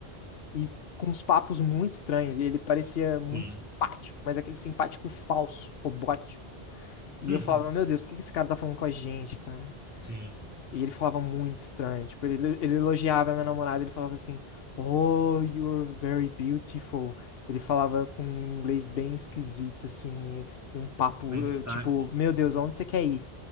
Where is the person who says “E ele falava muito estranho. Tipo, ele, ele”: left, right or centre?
Left